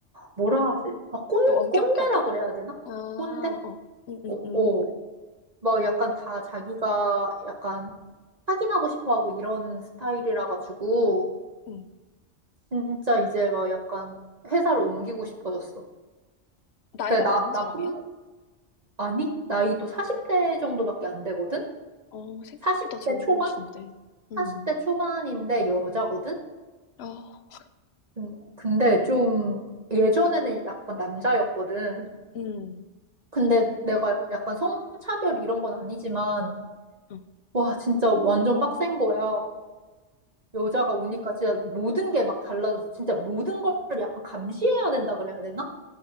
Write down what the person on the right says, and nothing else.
뭐라 하지? 막 꼰,
꼰대라 그래야 되나?
꼰대?
어,
어. 막 약간 다 자기가 약간 확인하고 싶어 하고 이런 스타일이라 가지고
진짜 이제 막 약간 회사를 옮기고 싶어졌어.
그래, 나,
나뿐,
아니, 나이도 40대 정도밖에 안 되거든?
40대
초반?
40대 초반인데 여자거든?
근- 근데 좀 예전에는 약간 남자였거든.
근데 내가 약간 성차별 이런 건 아니지만,
와, 진짜 완전 빡센 거야. 여자가 오니까 진짜 모든 게 막 달라져서 진짜 모든 걸 약간 감시해야 된다 그래야 되나?